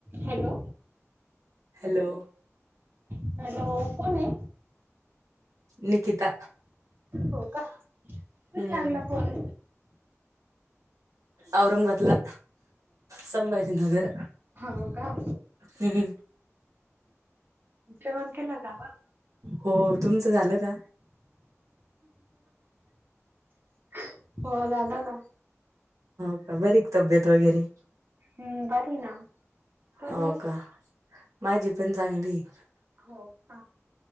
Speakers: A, on the right (about 40°); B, on the right (about 90°).
A: Hello
B: hello.
A: Hello, कोन हाय?
B: निकिता
A: हो का, कुठे
B: हम्म
A: लागला फोन?
B: औरंगबादला, संभाजीनगर
A: हो का
B: हम्म.
A: जेवण केला का?
B: हो तुमचं झालं का
A: <inaudible> हो झालं ना.
B: काय बरी हाय का? तब्येत वगैरे
A: हम्म बरी आहे ना मी. तुम्ही?
B: हो का माझी पण चांगली आहे.
A: हो का?